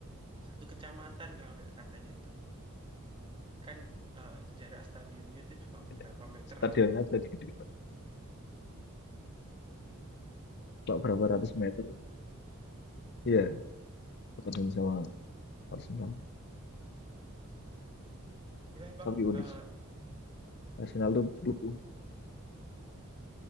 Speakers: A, on the right (about 25°); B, on the left (about 50°).
A: Satu kecamatan kalau nggak katanya itu. Kan, eee, jarak stadionnya itu cuma beberapa
B: <laughs>
A: meter
B: Stadionnya
A: gitu loh.
B: aja dikit-dikit, Pak, berapa ratus meter. Iya, Tottenham sama Arsenal.
A: Oke lah Bang,
B: Tapi unik
A: eee
B: sih. Arsenal tuh klub